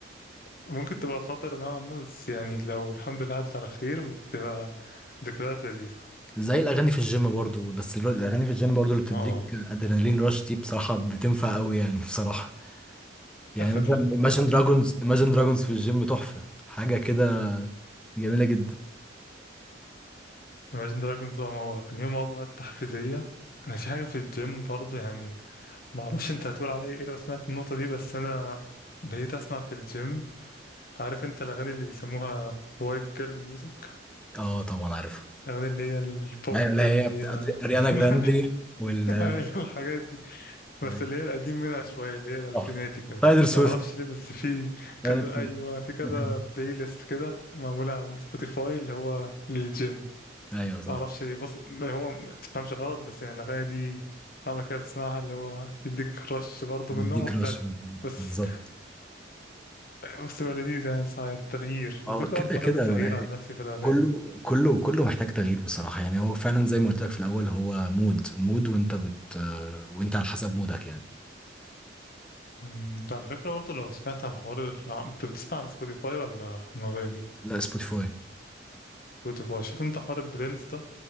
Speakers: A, on the left; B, in the centre.
A: ممكن تبقى خطر نوعا ما بس يعني لو الحمد لله عدت على خير بتبقى ذكريات لذيذه
B: زي الاغاني في الجيم برضو بس الر- الاغاني في الجيم برضو اللي بتديك
A: اه
B: ادرينالين رش دي بصراحه بتنفع قوي يعني بصراحه يعني
A: اخر
B: مثلا Imagine Dragons Imagine Dragons في الجيم تحفة حاجة كده جميلة جدا
A: Imagine Dragons اه ما هو كان يوم عظمة تحفيزية أنا في حاجة في الجيم برضه يعني ما أعرفش أنت هتقول عليا إيه لو سمعت النقطة دي بس أنا بقيت أسمع في الجيم عارف أنت الأغاني اللي بيسموها وايت جيرل ميوزك
B: اه طبعا عارف
A: الأغاني اللي هي البوب
B: ايوه اللي
A: اللي
B: هي
A: هي
B: بتاع اريانا
A: <laughs>
B: جراندي وال
A: أيوة الحاجات دي
B: <laughs>
A: بس اللي هي القديم منها شوية اللي هي الألفيناتي
B: تحفة.
A: كده
B: تايلر سويفت
A: ما أعرفش ليه بس في
B: تايلر
A: كذا
B: سويفت.
A: أيوة في كذا
B: <laughs>
A: بلاي ليست كده معمولة على سبوتيفاي اللي هو للجيم
B: ايوه صح
A: ما اعرفش ليه بص ما هو ما تفهمش غلط بس يعني الاغاني دي اما كده بتسمعها اللي هو يديك رش برضه من نوع
B: دي
A: مختلف
B: كراش
A: بس
B: بالظبط
A: بس بقى لذيذ يعني ساعة التغيير
B: هو
A: الفكرة
B: كده
A: برضه
B: كده
A: بحب التغيير
B: هو
A: عن نفسي في الأغاني
B: كله كله كله محتاج تغيير بصراحة يعني هو فعلا زي ما قلت لك في الأول هو مود مود وانت بت وانت على حسب مودك يعني
A: أمم، انت على فكرة برضه لو سمعت على حوار ال- انت بتسمع على سبوتيفاي ولا انغامي
B: لا سبوتيفاي
A: سبوتيفاي شوف انت حوار البليندز ده